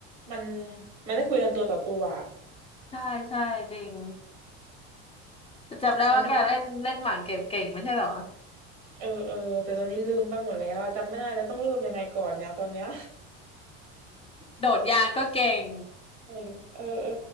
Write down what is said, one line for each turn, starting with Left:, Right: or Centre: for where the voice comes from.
Right: มันมันได้คุยกันตัวต่อตัวอะ
Left: ใช่ใช่จริง จำได้ว่าแกเล่นเล่นหมากเก็บเก่งไม่ใช่เหรอ
Right: ไม่เหมือนเออเออแต่ตอนนี้ลืมไปหมดแล้วอะจำไม่ได้แล้วต้องเริ่มยังไงก่อนเนี่ยตอนเนี้ย
Left: โดดยางก็เก่ง
Right: <laughs> เออเออเออ